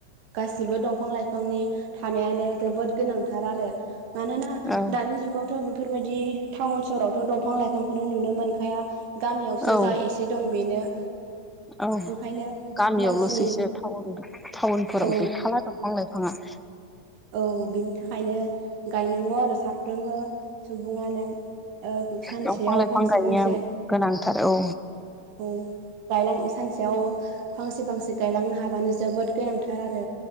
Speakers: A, on the right; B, in the centre.
A: गासिबो दंफां लाइफांनि थानायानो जोबोद गोनांथार आरो मानोना
B: औ
A: दानि जुगावथ' बेफोरबायदि टाउन सहावथ' दंफां लाइफांखौनो नुनो मोनखा आफखाया गामियावसो
B: औ
A: जा एसे दं बेनो
B: औ
A: ओंखायनो
B: गामियावल'सो
A: मानसिनि
B: एससे टाउ टाउनफोराव
A: औ
B: गैखाला दंफां लाइफाङा
A: औ बिनि थाखायनो गायनांगौ आरो साफ्रोमबो सुबुङानो ओ सानसेयाव
B: दंफां लाइफां
A: फांसे
B: गायनाया
A: फांसे
B: गोनांथार औ
A: औ गायलां सानसेयाव फांसे फांसे गायलांनो हाबानो जोबोद गोनांथार आरो